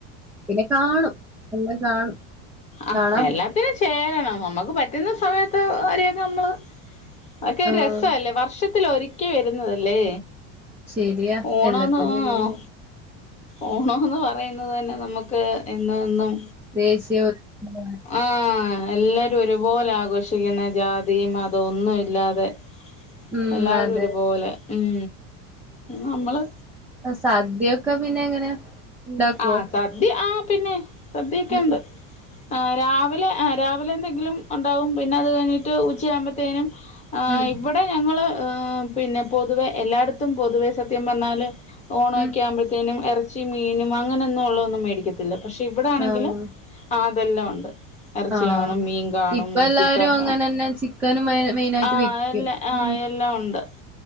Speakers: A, in the centre; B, on the left.
A: പിന്നെ കാണും എല്ലാം കാണും
B: ആഹ്
A: കാണാം
B: എല്ലാത്തിനും ചേരണം നമ്മുക്ക് പറ്റുന്ന സമയത്ത് അവരിയൊക്കെ നമ്മള് അഒക്കെ ഒരു
A: ആഹ്
B: രസല്ലേ വർഷത്തില് ഒരിക്കൽ വരുന്നതല്ലേ
A: ശരിയാ
B: ഓണോന്ന്
A: എല്ലാത്തിനും
B: ആഹ്
A: വലിയ
B: ഓണോന്ന് പറയാ ന്ന് തന്നെ നമുക്ക് എന്നു എന്നും
A: ദേശ്യോ ഉം
B: ആഹ് എല്ലാരും ഒരുപോലെ ആഘോഷിക്കുന്ന ജാതി മതം ഒന്നും ഇല്ലാതെ
A: ഉം
B: എല്ലാവരും
A: അതെ
B: ഒരുപോലെ ഉം നമ്മള്
A: സാദ്യയൊക്കെ പിന്നെ എങ്ങനെ ഇണ്ടാക്കുവോ
B: ആഹ് സദ്യ ആഹ് പിന്നെ സദ്യൊക്കെ
A: ഉം
B: ഉണ്ട് ആഹ് രാ വിലെ ആഹ് രാവിലെ എന്തെങ്കിലും ഉണ്ടാവും പിന്നെ അത് കഴിഞ്ഞിട്ട് ഉച്ച ആവുമ്പത്തേനും ആഹ്
A: ഉം
B: ഇവിടെ ഞങ്ങള് എഹ് പിന്നെ പൊതുവെ എല്ലായിടത്തും പൊതുവെ സത്യം പറഞ്ഞാല് ഓണോക്കെയാഉമ്പൾത്തേനും
A: ഉം
B: ഇറച്ചി മീനും അങ്ങനെയൊന്നും ഉള്ളതന്നും മേടിക്കത് ത്തില്ല പക്ഷെ ഇവിടെ ആണെങ്കിലും
A: ആഹ്
B: അതെല്ലാം ഉണ്ട് ഇറച്ചി
A: ആഹ്
B: കാണും മീൻ കാണും
A: ഇപ്പ എല്ലാരും
B: ചിക്കൻ
A: അങ്ങനെന്നെ ചിക്കനും മെ മെയിനായിട്ട്
B: ആഹ്
A: വെക്കും
B: എല്ലേ ആഹ്
A: ഉം
B: എല്ലാം ഉണ്ട്